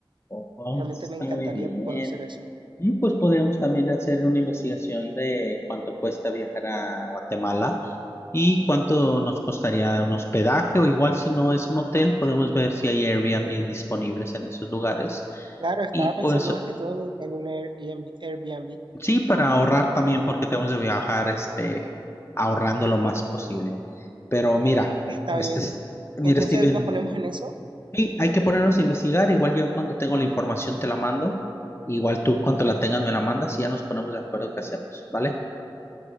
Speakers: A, on the left; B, on the right.
A: Oh,
B: Realmente
A: eso está
B: me encantaría
A: muy bien.
B: conocer eso.
A: Mm, Pues podemos también hacer una investigación de cuánto cuesta viajar a Guatemala y cuánto nos costaría un hospedaje o igual si no es un hotel, podemos ver si hay Airbnb
B: Mm,
A: disponibles en esos lugares.
B: Claro, estaba
A: Y
B: pensando
A: pues
B: más que todo en un, en un Airbnb, Airbnb.
A: Sí, para ahorrar también porque tenemos de viajar este, ahorrando lo más posible. Pero mira,
B: Está
A: este
B: bien.
A: es-
B: eh.
A: mira,
B: Entonces
A: Steven,
B: nos ponemos en eso.
A: sí, hay que ponernos a investigar. Igual yo cuando tengo la información te la mando. Igual tú cuando la tengas me la mandas y ya nos ponemos de acuerdo qué hacemos, ¿vale?